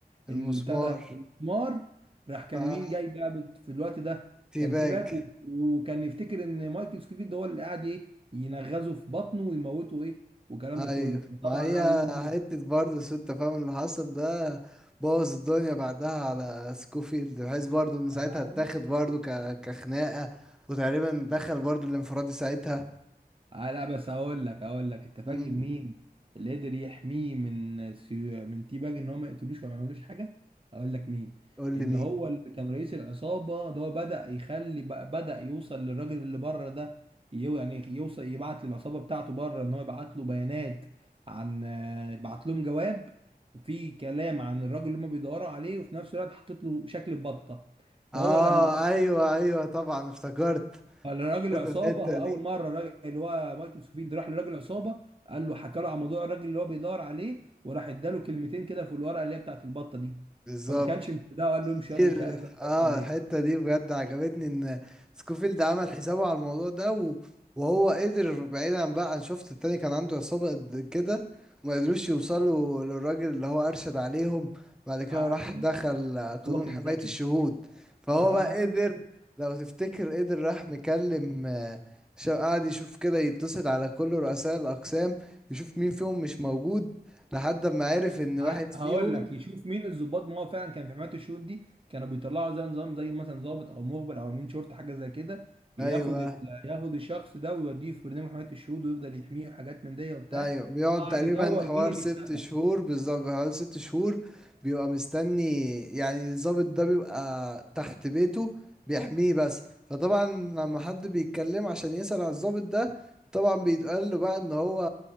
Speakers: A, in the centre; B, on the right.
A: المسمار
B: ال- بتاع ده المسمار راح كان
A: فا-
B: مين جاي بقى بت- في الوقت ده كان
A: باج
B: تيباج و- وكان يفتكر ان مايكل سكوفيلد هو اللي قاعد ايه ينغزه في بطنه ويموته ايه والكلام
A: ايوه
B: ده كله
A: معايا
B: طبعا قعد يقول
A: حتة برضه سوء التفاهم اللي حصل ده بوظ الدنيا بعدها على سكوفيلد بحيث برضه ان ساعتها
B: له
A: اتاخد برضه ك... كخناقة وتقريبا دخل برضه الانفرادي ساعتها
B: آه لا بس هقول لك هقول لك انت فاكر
A: مم.
B: مين اللي قدر يحميه من سيو... من تي باج ان هو ما يقتلوش وما يعملوش حاجه هقول لك مين
A: قول
B: اللي
A: لي مين
B: هو اللي كان رئيس العصابه اللي هو بدأ يخلي بقى- بدأ يوصل للراجل اللي بره ده يو- يعني يوصل يبعت للعصابه بتاعته بره ان هو يبعت له بيانات عن آه، بعت لهم جواب في كلام عن الراجل اللي هم بيدوروا عليه وفي نفس الوقت حطيت له شكل بطه فهو
A: اه
B: لما
A: ايوه ايوه طبعا افتكرت
B: راجل العصابه
A: الحتة
B: هو
A: دي
B: اول مره راجل اللي هو مايكل سكوفيلد راح لراجل العصابه قال له حكى له عن موضوع الراجل اللي هو بيدور عليه وراح اداله كلمتين كده في الورقه اللي هي بتاعت البطه دي
A: بالظبط
B: فما كانش مصدقه وقال له امشي
A: كتير
B: ياض ومش عارف ايه الحاجات
A: اه
B: من دي
A: الحتة دي بجد عجبتني ان سكوفيلد عمل حسابه على الموضوع ده و... وهو قدر بعيدا بقى عن شفت التاني كان عنده عصابة قد كده ما قدروش يوصلوا للراجل اللي هو أرشد عليهم بعد كده
B: آه.
A: راح دخل آه، قانون
B: هو كان
A: حماية
B: ذكي
A: الشهود فهو
B: آه.
A: بقى قدر لو تفتكر قدر راح مكلم آه، شا- قعد يشوف كده يتصل على كل رؤساء الأقسام يشوف مين فيهم مش موجود لحد ما عرف ان واحد
B: آه. هقول
A: فيهم
B: لك يشوف مين الضباط ما هو فعلا كان في حماية الشروط دي كانوا بيطلعوا زي نظام زي مثلا ضابط او مخبر او امين شرطه حاجه زي كده ياخد
A: ايوه
B: ال- ياخد الشخص ده ويوديه في برنامج حماية الشهود ويفضل يحميه وحاجات من دي وبتاع
A: ايوه بيقعد
B: قعد
A: تقريبا
B: يدور
A: حوار
B: مين اللي
A: ست
B: اختفى
A: شهور بالظبط حوالي ست شهور بيبقى مستني يعني الضابط ده بيبقى تحت بيته بيحميه بس فطبعا لما حد بيتكلم عشان يسأل على الضابط ده طبعا بيتقال له بقى ان هو